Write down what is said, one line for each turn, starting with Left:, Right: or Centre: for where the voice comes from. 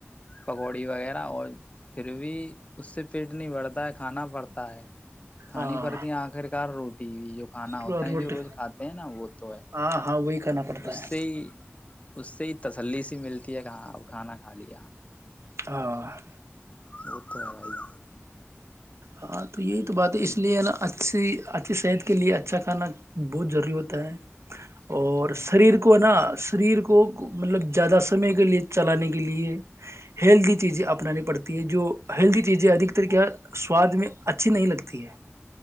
Left: پکوڑی وغیرہ اور پھر بھی اس سے فٹ نہیں بڑتا ہے کھانا پڑتا ہے کھانی
Right: ہاں
Left: پڑتی ہیں آخر کار روز ٹی وی جو <unintelligible> کھانا ہوتا
Right: روٹی
Left: ہے جو روز کھاتے ہیں نا وہ تو ہے
Right: ہاں ہاں وہی کھانا پڑتا
Left: اس
Right: ہے
Left: سے ہی اس سے ہی تسلی س ملتی ہے کہاں ا کھانا کھا لیا
Right: ہ <unintelligible>
Left: وہ تو ہے بی جان
Right: ہاں تو یہی تو بات ہے اس لیے ہے نا اچھی اچھی صحت کے لیے اچھا کھانا بہت ضروری ہوتا ہے
Left: وہ
Right: اور
Left: تو ہے
Right: شریر کو نا سریر کو مطلب زیادہ سمے کے لیے چلانے کے لیے ہیلدی چیزیں اپنانی پڑتی ہے جو ہیلدی چیزیں ادکتر کیا سواد میں اچھی نہیں لگتی ہے